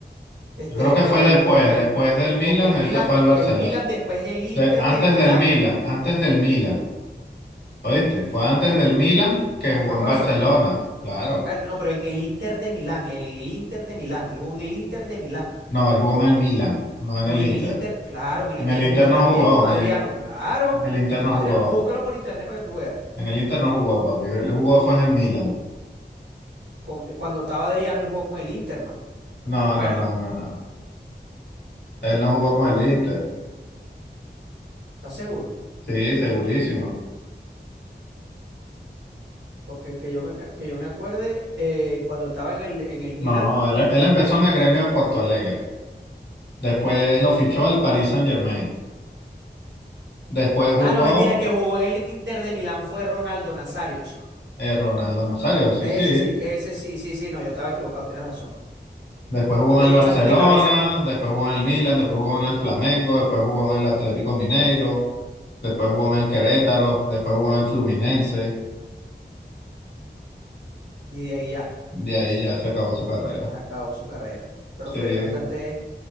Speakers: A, on the right; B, on the left.
A: Este,
B: Yo creo que
A: pero
B: fue después,
A: él jugó con
B: después
A: el,
B: del Milan,
A: con el Milan,
B: él se fue al Barcelona.
A: el Milan, después el Inter
B: De- antes
A: de Milán,
B: del Milan, antes del Milan, ¿oíste? Fue antes del Milan que jugó
A: se fue para
B: en Barcelona,
A: Barcelona.
B: claro.
A: Ah, No, pero en el Inter de Milán, él en el Inter de Milán, él jugó en el Inter de Milán.
B: No, él jugó en el Milan, no en
A: No,
B: el
A: y
B: Inter.
A: en el Inter, claro, en el
B: En
A: Inter
B: el
A: de
B: Inter
A: Milán
B: no
A: también,
B: jugó,
A: con
B: en
A: Adriano,
B: el,
A: claro,
B: en el Inter
A: con
B: no jugó.
A: Adriano, búscalo por internet para que tú veas.
B: En el Inter no jugó, papi. Él jugó fue en el Milan.
A: con- eh, cuando estaba Adriano, él jugó con el Inter, mano.
B: No,
A: No me acuerdo.
B: no, no, no, no. Él no jugó con el Inter.
A: ¿Estás seguro?
B: Sí, segurísimo.
A: Porque que yo me, que yo me acuerde, eh, cuando él estaba en el, en el Milan.
B: No, él, él empezó en el Gremio de Porto Alegre. Después lo fichó el Paris Saint-Germain. Después jugó
A: Ah, no, mentira, el que jugó en el Inter de Milán fue Ronaldo Nazario, chico.
B: eh, Ronaldo Nazario, sí,
A: Ese
B: sí.
A: sí, ese sí, sí, sí, no, yo estaba equivocado, tienes razón.
B: Después jugó
A: Ahorita
B: en el
A: yo
B: Barcelona,
A: echándole cabeza aquí,
B: después jugó en el Milan, después jugó en el Flamengo, después jugó en el Atlético Mineiro, después jugó en el Querétaro, después jugó en el Fluminense.
A: y de ahí ya,
B: De ahí ya se acabó su carrera.
A: acabó su carrera. Pero
B: Sí.
A: fue bastante